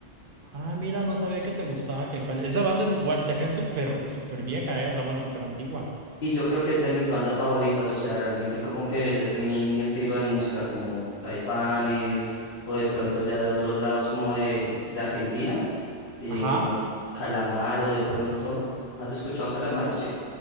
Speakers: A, on the right; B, on the left.
A: Ah, mira, no sabía que te gustaba Caifanes. Esa banda es igual, de acá es súper, súper vieja, ¿eh? O sea, bueno, súper antigua.
B: Y yo creo que es de mis bandas favoritas, o sea, realmente como que ese es mi, mi estilo de música, como Caifanes, o de pronto ya de otros lados, como de, de Argentina, eh,
A: Ajá.
B: como Calamaro de pronto. ¿Has escuchado Calamaro? Sí.